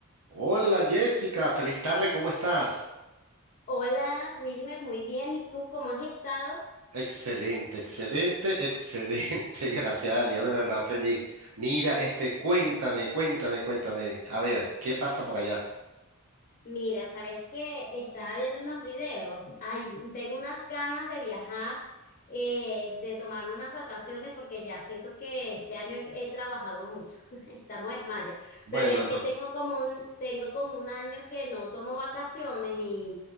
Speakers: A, on the right (about 85°); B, on the left (about 40°).
A: Hola Jessica, feliz tarde, ¿cómo estás?
B: Hola Wilmer, muy bien. ¿Y tú cómo has estado?
A: Excelente, excelente, excelente, <laughs> gracias a Dios, de verdad feliz. Mira, este, cuéntame, cuéntame, cuéntame, a ver, ¿qué pasa por allá?
B: Mira, ¿sabes qué? Estaba viendo unos videos. Ay, tengo unas ganas de viajar, eh, de tomarme unas vacaciones porque ya siento que este año he, he trabajado mucho. <laughs> Estamos en mayo,
A: Bueno,
B: pero es
A: entonces,
B: que tengo como un, tengo como un año que no tomo vacaciones y